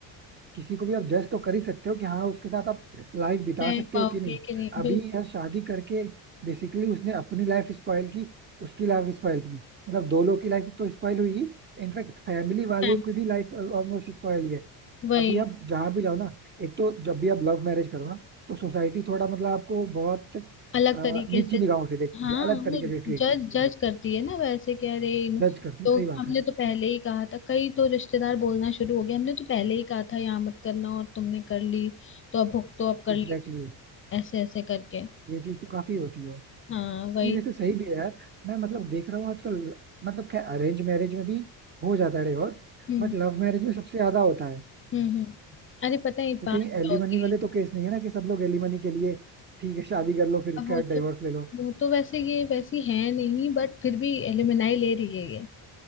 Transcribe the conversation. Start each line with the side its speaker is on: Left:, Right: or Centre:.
Right: किसी को भी आप जज तो कर ही सकते हो कि हाँ उसके साथ आप लाइफ बिता
Left: रह
Right: सकते
Left: पाओगे
Right: हो कि नहीं
Left: कि नहीं
Right: अभी
Left: बिल्कुल
Right: यह शादी करके बेसिकली उसने अपनी लाइफ स्पॉइल की उसकी लाइफ स्पॉइल की मतलब दो लोग की लाइफ तो स्पॉइल हुई ही इनफैक्ट फैमिली वाले
Left: फैम-
Right: की भी लाइफ ऑलमोस्ट स्पॉइल ही है
Left: वही
Right: अभी आप जहाँ भी जाओ ना एक तो जब भी आप लव मैरिज करो ना तो सोसाइटी थोड़ा मतलब आपको बहुत
Left: अलग
Right: अ,
Left: तरीके
Right: नीची
Left: से
Right: निगाहों से देखती
Left: हाँ
Right: है अलग तरीके
Left: वो
Right: से ट्रीट
Left: जज
Right: करती
Left: जज
Right: है
Left: करती है ना वैसे कि अरे इन-
Right: जज करती है
Left: तो
Right: सही बात
Left: हमने
Right: है
Left: तो पहले ही कहा था कई तो रिश्तेदार बोलना शुरू हो गए हमने तो पहले ही कहा था यहाँ मत करना और तुमने कर ली तो अब भुगतो अब कर
Right: Exactly
Left: ली
Right: exactly.
Left: ऐसे ऐसे करके
Right: ये चीज तो काफी होती है
Left: हाँ वही
Right: नहीं वैसे सही भी है यार मैं मतलब देख रहा हूँ आजकल मतलब खैर अरेंज मैरिज में भी हो जाता है डिवोर्स
Left: हम्म
Right: बट लव मैरिज में सबसे ज्यादा होता है
Left: हम्म हम्म अरे पता है
Right: तो
Left: बात
Right: कहीं
Left: क्या
Right: एलिमनी
Left: होती
Right: वाले
Left: है
Right: तो केस नहीं है ना कि सब लोग एलिमनी के लिए ठीक है शादी कर लो फिर
Left: अब
Right: उसके
Left: वो
Right: बाद
Left: तो
Right: डिवोर्स ले लो
Left: वो तो वैसे ये वैसी है नहीं बट फिर भी एलुमनाई ले रही है ये